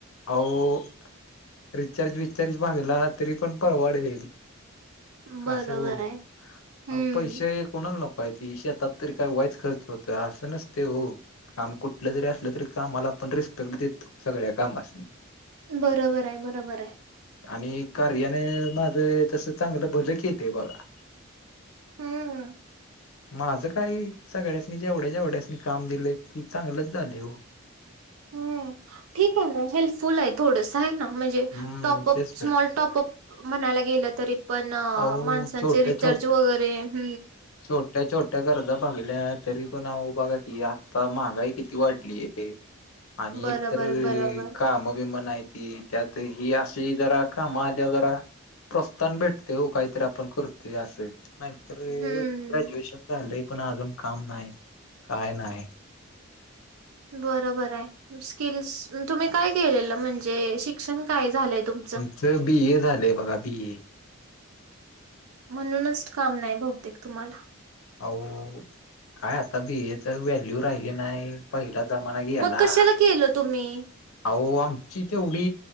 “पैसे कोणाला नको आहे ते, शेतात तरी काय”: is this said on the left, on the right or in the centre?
Left